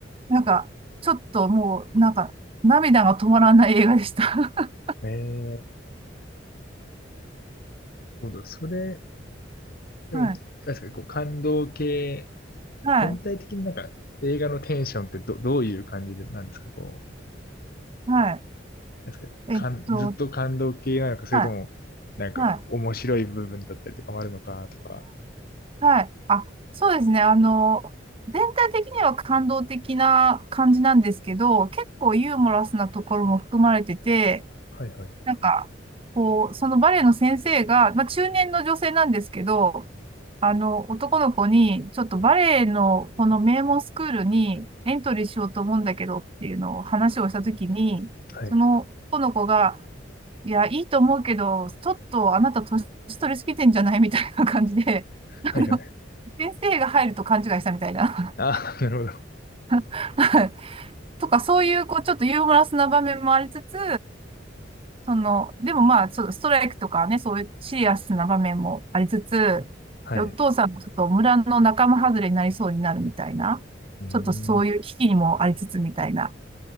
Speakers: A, on the right (about 30°); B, on the left (about 55°).
A: なんかちょっともうなんか涙が止まらない映画でした。<laughs>
B: い。えー、なるほど。それ、でも、
A: はい、
B: 確かにこう感動系、
A: はい、
B: 全体的になんか映画のテンションってど、どういう感じでなんですかこう
A: はい。
B: なんですか、
A: えっと、
B: かん、ずっと感動系なのか、それとも、
A: はい、
B: なんか面白い部分だったりとかもあるのかとか。
A: はい。はい。あ、そうですね。あの、全体的には感動的な感じなんですけど、結構ユーモラスなところも含まれてて、
B: はいはい。
A: なんか、こう、そのバレエの先生が、まあ、中年の女性なんですけど、あの、男の子に、ちょっとバレエのこの名門スクールにエントリーしようと思うんだけどっていうのを話をしたときに、
B: はい。
A: その男の子が、いや、いいと思うけど、ちょっとあなた年取りすぎてんじゃないみたいな感じで、あの、
B: はいはい。
A: 先生が入ると勘違いしたみたいな。
B: ああ、なるほど。
A: <laughs> はいとか、そういう、こう、ちょっとユーモラスな場面もありつつ、その、でもまあ、ちょっとストライクとかね、そういうシリアスな場面もありつつ、
B: はい。
A: で、お父さんもちょっと村の仲間外れになりそうになるみたいな、
B: うー
A: ちょっとそういう危機にもありつつみたいな
B: ん。